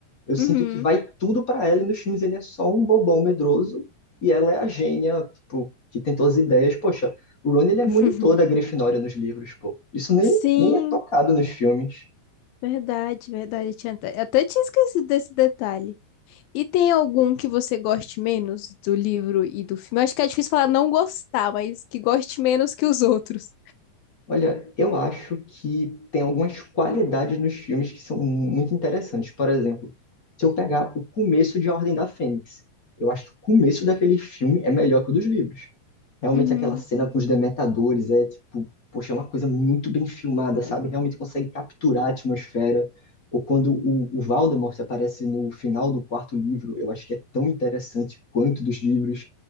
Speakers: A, on the left (about 30°); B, on the left (about 85°).
A: eu sinto
B: Uhum.
A: que vai tudo pra ela e nos filmes ele é só um bobão medroso e ela é a gênia, tipo, que tem todas as ideias. Poxa, o Ron ele é
B: <laughs>
A: monitor da Grifinória nos livros, pô. Isso nem,
B: Sim,
A: nem é tocado nos filmes.
B: verdade, verdade. Tinha até, até tinha esquecido desse detalhe. E tem algum que você goste menos do livro e do filme? Eu acho que é difícil falar não gostar, mas que goste menos que os outros.
A: Olha, eu acho que tem algumas qualidades nos filmes que são muito interessantes. Por exemplo, se eu pegar o começo de A Ordem da Fênix, eu acho que o começo daquele filme é melhor que o dos livros. Realmente
B: Uhum.
A: aquela cena com os demetadores é tipo, poxa, é uma coisa muito bem filmada, sabe? Realmente consegue capturar a atmosfera. Ou quando o, o Voldemort aparece no final do quarto livro, eu acho que é tão interessante quanto dos livros.